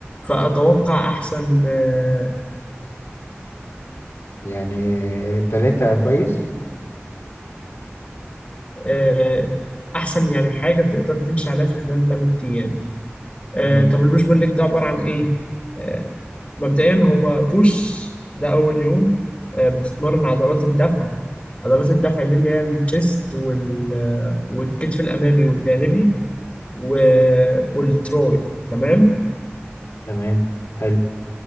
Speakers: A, on the left; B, on the left.
A: فأتوقع أحسن آه،
B: يعني تلاتة كويس
A: آه، أحسن يعني حاجة تقدر تمشي عليها في خلال ثلاث أيام آه،
B: امم
A: طب البوش بول ليج ده عبارة عن إيه؟ آه، مبدئيا هو بوش ده اول يوم آه، بتتمرن عضلات الدفع عضلات الدفع دي اللي هي الشيست وال آه، والكتف الامامي والجانبي و... والتروي تمام
B: تمام حلو